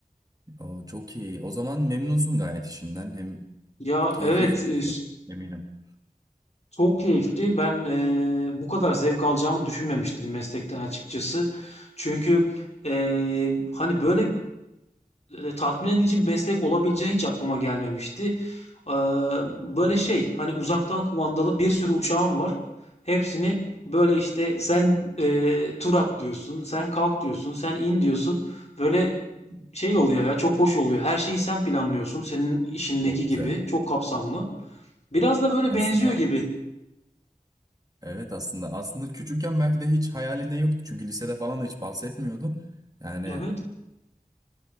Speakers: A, on the right; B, on the left.
A: O, çok iyi. O zaman memnunsun gayet işinden. Hem
B: Ya,
A: keyifli
B: evet,
A: de geçiyor.
B: eee, s
A: Eminim.
B: çok keyifli. Ben, eee, bu kadar zevk alacağımı düşünmemiştim meslekten açıkçası. Çünkü, eee, hani, böyle e, tatmin edici bir meslek olabileceği hiç aklıma gelmemişti. Eee, böyle şey hani uzaktan kumandalı bir sürü uçağım var. Hepsini böyle işte sen eee tur at diyorsun, sen kalk diyorsun, sen in diyorsun. Böyle şey oluyor ya çok hoş oluyor. Her şeyi sen planlıyorsun senin işindeki
A: Çok güzel.
B: gibi çok kapsamlı. Biraz da böyle
A: Aslında
B: benziyor gibi.
A: evet aslında aslında küçükken belki de hiç hayalinde yoktu. Çünkü lisede falan da hiç bahsetmiyordun. Yani
B: Evet,